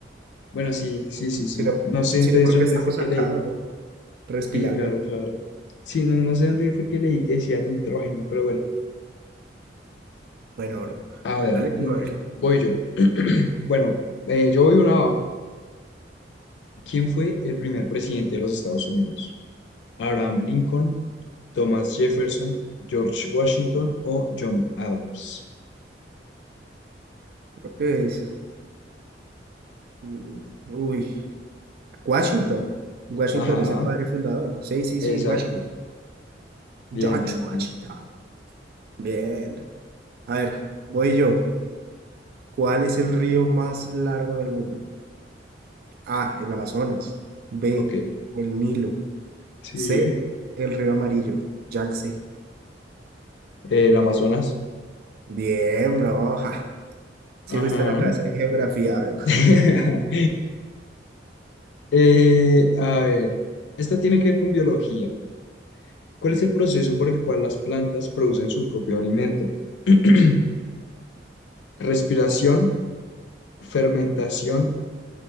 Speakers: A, on the left; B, on the right.
A: bueno, sí, sí, sí, sí.
B: sino,
A: No sé
B: sino
A: entonces
B: porque
A: dónde
B: estamos
A: fue que
B: acá,
A: leí.
B: bro, respirando.
A: Sí, claro, claro. Sí, no, no sé dónde fue que leí que decía nitrógeno, pero bueno.
B: Bueno, bro,
A: A ver,
B: dale tú
A: mm,
B: a ver,
A: voy yo. Bueno, eh, yo voy uno abajo. ¿Quién fue el primer presidente de los Estados Unidos? ¿Abraham Lincoln, Thomas Jefferson, George Washington o John Adams?
B: creo que es, mm, uy, Washington, Washington
A: Ajá,
B: es el padre fundador, sí, sí,
A: exacto.
B: sí, Washington,
A: Bien,
B: George
A: bien,
B: Washington,
A: bien.
B: bien, a ver, voy yo, ¿cuál es el río más largo del mundo? A, el Amazonas, B,
A: Ok,
B: el Nilo,
A: sí.
B: C, el río amarillo, Yangtze,
A: Eh, El Amazonas.
B: bien, bro, <laughs> Sí,
A: Ajá.
B: fuiste a la clase de geografía, bro.
A: <laughs> Eh, a ver, esta tiene que ver con biología. ¿Cuál es el proceso por el cual las plantas producen su propio alimento? <clears throat> Respiración, fermentación,